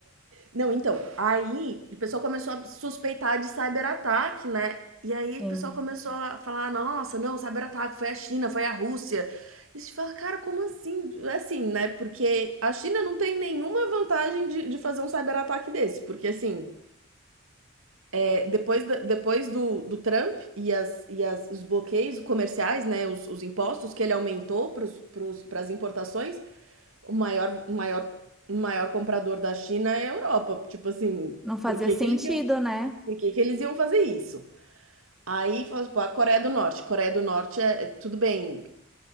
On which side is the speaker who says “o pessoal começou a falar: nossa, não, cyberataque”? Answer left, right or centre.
Right